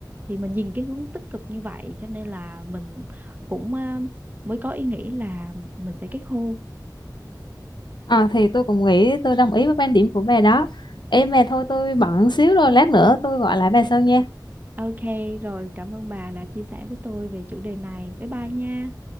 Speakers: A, on the right; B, on the left.
A: thì mình nhìn cái hướng tích cực như vậy cho nên là mình cũng à, mới có ý nghĩ là mình sẽ kết hôn
B: à, thì tôi cũng nghĩ tôi đồng ý với quan điểm của bà đó em mà thôi tôi bận xíu rồi lát nữa tôi gọi lại bà sau nha
A: Ok, rồi cảm ơn bà đã chia sẻ với tôi về chủ đề này. Bye bye nha.